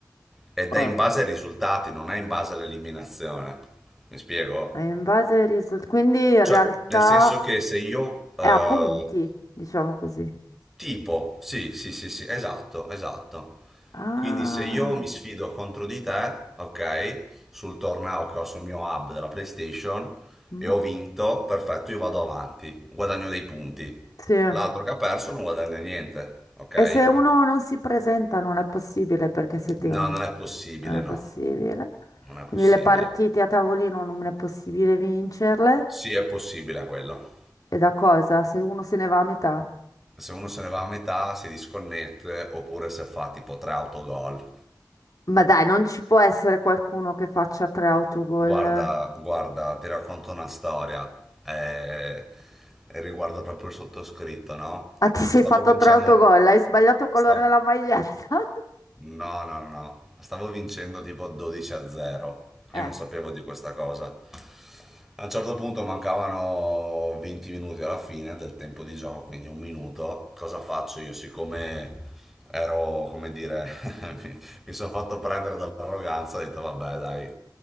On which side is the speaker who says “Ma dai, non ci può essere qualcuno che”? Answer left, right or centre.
Left